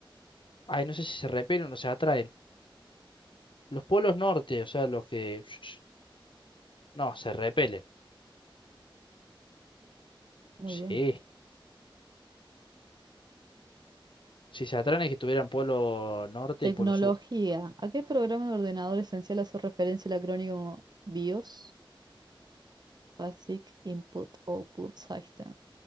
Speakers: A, on the left; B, on the right.
A: Ay, no sé si se repelen o se atraen. Los polos norte, o sea, los que... <sniffs> No, se repelen.
B: Muy
A: Sí.
B: bien.
A: Si se atraen es que tuvieran polo norte
B: Tecnología.
A: y polo sur.
B: ¿A qué programa de ordenador esencial hace referencia el acrónimo BIOS? Basic Input Output System.